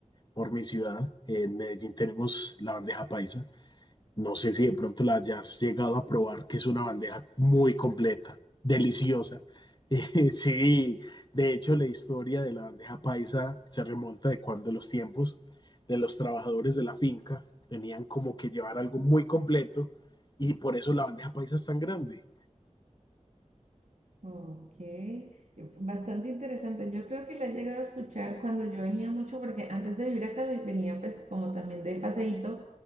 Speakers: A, on the left; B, on the right.
A: por mi ciudad. En Medellín tenemos la bandeja paisa no sé si de pronto la hayas llegado a probar, que es una bandeja muy completa, deliciosa. <laughs> Eh, sí, de hecho la historia de la bandeja paisa se remonta de cuando los tiempos de los trabajadores de la finca tenían como que llevar algo muy completo y por eso la bandeja paisa es tan grande.
B: Ok, eh, bastante interesante. Yo creo que la he llegado a escuchar cuando yo venía mucho, porque antes de vivir acá ve- venía pues como también de paseíto